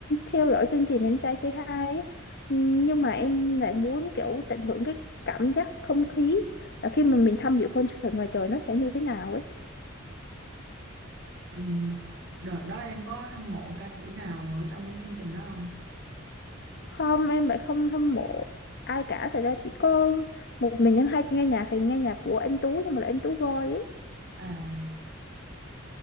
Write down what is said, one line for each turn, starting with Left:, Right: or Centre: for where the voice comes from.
Left: theo dõi chương trình Anh trai Say Hi ấy. Ừm, Nhưng mà em lại muốn kiểu tận hưởng cái cảm giác không khí là khi mà mình tham dự concert ngoài trời nó sẽ như thế nào ấy.
Right: Ừm, đợt đó em có hâm mộ ca sĩ nào ở trong cái chương trình đó không
Left: không em lại không hâm mộ ai cả thật ra chỉ có một mình em hay nghe nhạc thì nghe nhạc của anh Tú nhưng mà là anh Tú Voi ấy
Right: à